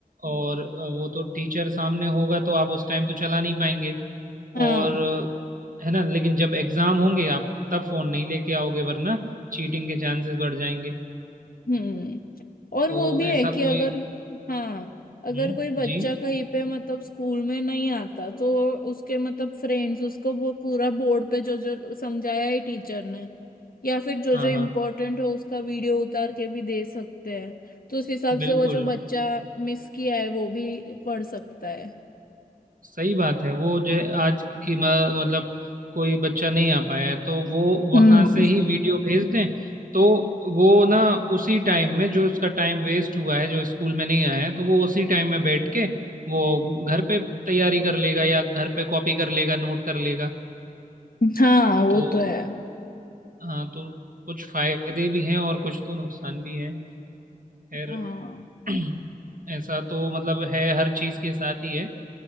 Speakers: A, on the right; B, on the left.
A: और अ, वो तो टीचर सामने होगा तो आप उस टाइम तो चला नहीं पाएंगे
B: हाँ
A: और है ना लेकिन जब एग्जाम होंगे आप तब फोन नहीं लेके आओगे वरना चीटिंग के चांसेस बढ़ जाएंगे
B: हम्म और
A: तो
B: वो भी
A: ऐसा
B: है कि अगर
A: कोई
B: हाँ अगर
A: हम्म
B: कोई बच्चा
A: जी
B: कहीं पे मतलब स्कूल में नहीं आता तो उसके मतलब फ्रेंड्स उसको वो पूरा बोर्ड पे जो जो समझाया है टीचर ने या फिर जो
A: हाँ
B: जो इम्पोर्टेंट
A: हाँ
B: हो उसका वीडियो उतार के भी दे सकते हैं तो उस हिसाब से
A: बिल्कुल
B: वो जो बच्चा मिस किया है वो भी पढ़ सकता है
A: सही बात है वो जो है आज की म- मतलब कोई बच्चा नहीं आ पाया है तो वो वहां
B: हम्म
A: से ही वीडियो भेज दें तो वो ना उसी टाइम में जो उसका टाइम वेस्ट हुआ है जो स्कूल में नहीं आया है तो वो उसी टाइम में बैठ के वो घर पे तैयारी कर लेगा या घर पे कॉपी कर लेगा नोट कर लेगा
B: हाँ वो
A: तो
B: तो है
A: हाँ तो कुछ फायदे भी हैं और कुछ तो नुकसान भी हैं खैर
B: हाँ
A: <clears throat> ऐसा तो मतलब है हर चीज़ के साथ ही है